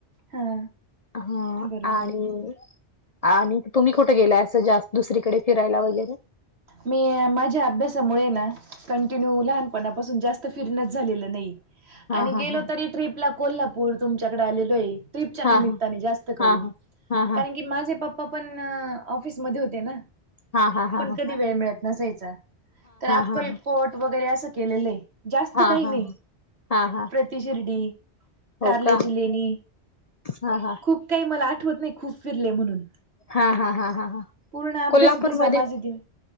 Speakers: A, on the right; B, on the left.
A: हा
B: हा
A: बरोबर
B: आणि आणि तुम्ही कुठं गेलाय असं जास्त दुसरीकडे फिरायला वगैरे?
A: मी माझ्या अभ्यासामुळे ना कंटिन्यू लहानपणापासून जास्त फिरणच झालेलं नाही
B: हा
A: आणि
B: हा
A: गेलो
B: हा
A: तरी ट्रीपला कोल्हापूर तुमच्याकड आलेलो आहे ट्रिपच्या
B: हा
A: निमित्ताने
B: हा
A: जास्त करून
B: हा हा. हा हा
A: कारण
B: हा
A: कि माझे पप्पा पण ऑफिसमध्ये होते न
B: हा हा हा ह
A: कधी वेळ मिळत नसायचा तर अक्कलकोट
B: हा
A: वगैरे असं केलेलं आहे जास्त
B: हा
A: काही
B: हा
A: नाही.
B: हा हा.
A: ती शिर्डी,
B: हो
A: कारल्याची
B: का
A: लेणी
B: हा हा
A: खूप काही मला आठवत नाही खूप फिरले म्हणून.
B: हा हा हा हा.
A: पूर्ण अभ्यास
B: कोल्हापूरमध्ये?
A: होत माझे दिवस